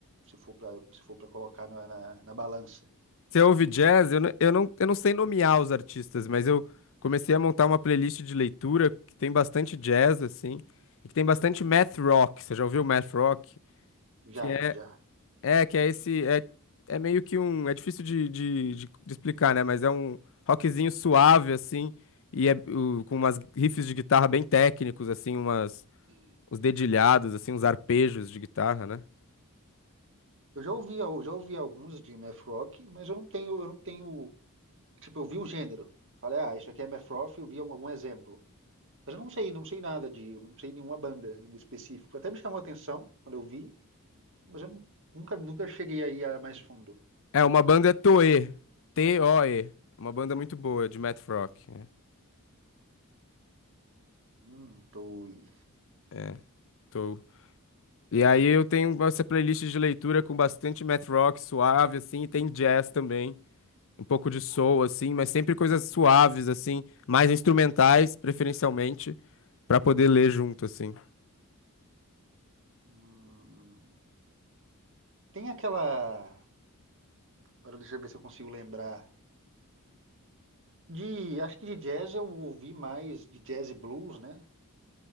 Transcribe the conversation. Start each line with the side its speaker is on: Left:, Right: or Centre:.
Right: se for para se for para colocar na, na, na balança.
Left: Você ouve jazz? Eu não, eu não, eu não sei nomear os artistas, mas eu comecei a montar uma playlist de leitura que tem bastante jazz, assim, e que tem bastante math rock. Você já ouviu math rock?
Right: Já,
Left: Que é,
Right: já.
Left: é, que é esse, é, é meio que um, é difícil de, de, de, de explicar, né? Mas é um rockzinho suave, assim, e é o- com umas riffs de guitarra bem técnicos, assim, umas,
Right: Sim.
Left: uns dedilhados, assim, uns arpejos de guitarra, né?
Right: Eu já ouvi, eu já ouvi alguns de math rock, mas eu não tenho, eu não tenho, tipo, eu vi o gênero. Falei, ah, isso aqui é math rock, eu vi algum algum exemplo. Mas eu não sei, não sei nada de, não sei nenhuma banda de específico. Até me chamou a atenção quando eu vi, mas eu nu- nunca, nunca cheguei aí a mais fundo.
Left: É, uma banda é Toe, T-O-E. É Uma banda muito boa de math rock. é.
Right: Um, dois.
Left: É. Tô. E aí eu tenho essa playlist de leitura com bastante math rock suave, assim, e tem jazz também, um pouco de soul, assim, mas sempre coisas suaves, assim, mais instrumentais, preferencialmente, pra poder ler junto, assim.
Right: Hum. Tem aquela. Agora deixa eu ver se eu consigo lembrar. De, acho que de jazz eu ouvi mais, de jazz e blues, né?